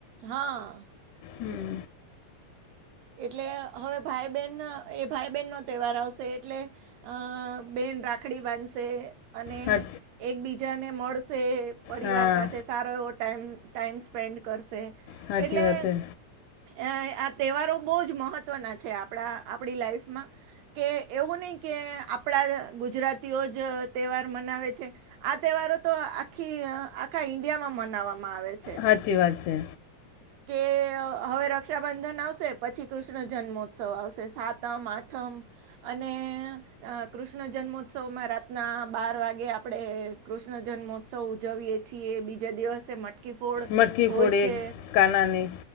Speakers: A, on the right; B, on the left.
A: હા.
B: હમ્મ.
A: એટલે હવે ભાઈ બહેન એ ભાઈ બહેનનો તહેવાર આવશે એટલે અ બેન રાખડી બાંધશે અને
B: હા
A: એકબીજાને મળશે પરિવાર
B: હા
A: સાથે સારો એવો ટાઈમ ટાઈમ સ્પેન્ડ કરશે
B: સાચી
A: એટલે
B: વાત છે
A: અ આ તહેવારો બહું જ મહત્વના છે આપણા આપડી લાઈફમાં કે એવું નહીં કે આપણા ગુજરાતીઓ જ તહેવાર મનાવે છે આ તહેવારો તો આખી આખા ઈન્ડિયામાં મનાવવામાં આવે છે.
B: હાચી વાત છે.
A: કે હવે રક્ષાબંધન આવશે પછી કૃષ્ણ જન્મોત્સવ આવશે સાતમ આઠમ અને આ કૃષ્ણ જન્મોત્સવમાં રાતના બાર વાગે આપડે કૃષ્ણ જન્મો ઉત્સવ ઉજવીય છીએ બીજા દિવસે મટકી ફોડ
B: મટકી
A: હોય
B: ફોડે
A: છે
B: કાનાની